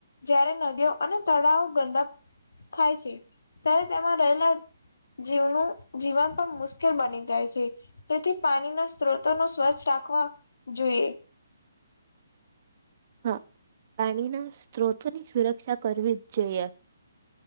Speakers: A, on the left; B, on the right.
A: જયારે નદીઓ અને તળાવો ગંદા થાય છે ત્યારે તેમાં રહેલા જીવનું જીવન પણ મુશ્કેલ બની જાય છે. તેથી પાણીના સ્ત્રોતો ને સ્વચ્છ રાખવા જોઈએ.
B: હા પાણીના સ્ત્રોતોની સુરક્ષા કરવી જ જોઈએ.